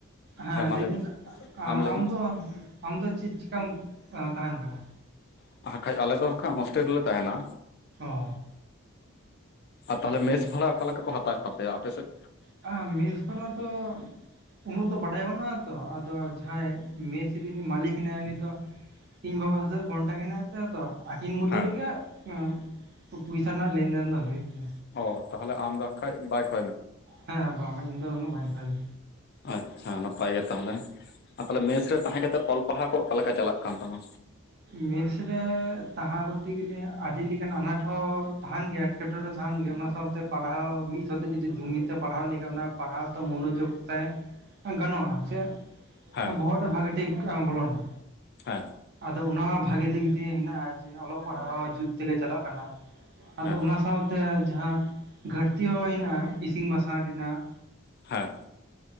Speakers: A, on the right; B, on the left.
A: ᱦᱮᱸ
B: ᱢᱟ
A: ᱞᱟᱭᱵᱮᱱ
B: ᱞᱟᱹᱭ ᱢᱮ ᱟᱢ ᱞᱟᱹᱭ
A: ᱟᱢᱫᱚ
B: ᱢᱮ
A: ᱟᱢ ᱫᱚ ᱪᱮᱫᱽ ᱪᱤᱠᱟᱢ ᱛᱟᱦᱮᱸᱱ ᱠᱟᱱᱟ
B: <unintelligible> ᱟᱞᱮ ᱫᱚ ᱠᱷᱟ ᱦᱳᱥᱴᱮᱞ ᱨᱮᱞᱮ ᱛᱟᱦᱮᱱᱟ
A: ᱚᱻ
B: ᱟᱨ ᱛᱟᱦᱚᱞᱮ ᱢᱮᱥ ᱵᱷᱟᱲᱟ ᱚᱠᱟ ᱞᱮᱠᱟ ᱠᱚ ᱦᱟᱛᱟᱣᱮᱫ ᱛᱟᱯᱮᱭᱟ ᱟᱯᱮ ᱥᱮᱫ?
A: ᱟ ᱢᱮᱥ ᱯᱟᱞᱟ ᱛᱚ ᱩᱱᱟᱹᱜ ᱫᱚ ᱵᱟᱰᱟᱭ ᱵᱟᱹᱱᱩᱜ ᱟᱛᱚ ᱟᱫᱚ ᱡᱟᱦᱟᱸᱭ ᱢᱮᱥ ᱨᱤᱱᱤ ᱢᱟᱹᱞᱤᱠ ᱦᱮᱱᱟᱭᱟ᱾ ᱩᱱᱤ ᱫᱚ ᱤᱧ ᱵᱟᱵᱟ ᱦᱟᱜ ᱫᱚ ᱜᱷᱚᱱᱴᱟ ᱠᱟᱱᱟ ᱦᱮᱸᱛᱚ ᱟᱠᱤᱱ ᱢᱚᱫᱽᱫᱷᱮ
B: ᱦᱮᱸ
A: ᱨᱮᱜᱮᱦᱟᱸᱜ ᱯᱚᱭᱥᱟ ᱨᱮᱱᱟᱜ ᱞᱮᱱᱫᱮᱱ ᱫᱚ ᱦᱩᱭᱩᱜ ᱛᱮ
B: ᱚᱻ ᱛᱟᱦᱚᱞᱮ ᱟᱢ ᱫᱚ ᱠᱷᱟᱡ ᱵᱟᱭᱤᱠ
A: ᱦᱮᱸ ᱵᱟᱝ ᱵᱟᱝ ᱤᱧ ᱫᱚ ᱩᱱᱟᱹᱜ ᱵᱟᱝ ᱚᱝᱠᱟᱭᱟᱹᱧ
B: ᱟᱡ ᱦᱮᱸ ᱱᱟᱯᱟᱭ ᱜᱮ ᱛᱟᱦᱞᱮ ᱟᱨ ᱛᱟᱦᱞᱮ ᱢᱮᱥ ᱨᱮ ᱛᱟᱦᱮᱸ ᱠᱟᱛᱮᱜ ᱚᱞ ᱯᱟᱲᱦᱟᱣ ᱠᱚ ᱚᱠᱟᱞᱮᱠᱟ ᱪᱟᱞᱟᱜ ᱠᱟᱱ ᱛᱟᱢᱟ
A: ᱢᱮᱥ ᱨᱮ ᱛᱟᱦᱮᱸ ᱠᱚᱨᱛᱮ ᱜᱮᱞᱮ ᱟᱹᱰᱤ ᱞᱮᱠᱟᱱ ᱟᱱᱟᱴ ᱦᱚᱸ ᱛᱟᱦᱮᱱ ᱜᱮᱭᱟ ᱮᱴᱠᱮᱴᱚᱬᱮ ᱛᱟᱦᱮᱱ ᱜᱮᱭᱟ ᱚᱱᱟ ᱥᱟᱶᱛᱮ ᱯᱟᱲᱦᱟᱣ ᱢᱤᱫ ᱥᱟᱶᱛᱮ ᱡᱩᱫᱤ ᱡᱩᱢᱤᱫ ᱛᱮ ᱯᱟᱲᱦᱟᱣ ᱞᱮᱠᱷᱟᱱ ᱚᱱᱟ ᱯᱟᱲᱦᱟᱣ ᱫᱚ ᱢᱚᱱᱳᱡᱳᱜᱽ ᱛᱮ ᱜᱟᱱᱚᱜᱼᱟ ᱥᱮ
B: ᱦᱮᱸ
A: ᱵᱚᱦᱚᱜ ᱨᱮ ᱵᱷᱟᱜᱤ ᱴᱷᱤᱠ ᱵᱚᱞᱚᱱᱟ
B: ᱦᱮᱸ
A: ᱟᱫᱚ ᱚᱱᱟᱦᱚᱸ ᱵᱷᱟᱜᱤ ᱫᱤᱠ ᱫᱤᱭᱮ ᱦᱮᱱᱟᱜᱼᱟ ᱡᱮ ᱚᱞᱚᱜ ᱯᱟᱲᱦᱟᱣ ᱡᱩᱛ ᱛᱮᱜᱮ ᱪᱟᱞᱟᱜ ᱠᱟᱱᱟ ᱟᱫᱚ
B: ᱦᱮᱸ
A: ᱚᱱᱟ ᱥᱟᱶᱛᱮ ᱡᱟᱦᱟᱸ ᱜᱷᱟᱹᱴᱛᱤ ᱦᱚᱸ ᱦᱮᱱᱟᱜᱼᱟ ᱤᱥᱤᱱ ᱵᱟᱥᱟᱝ ᱨᱮᱱᱟᱜ
B: ᱦᱮᱸ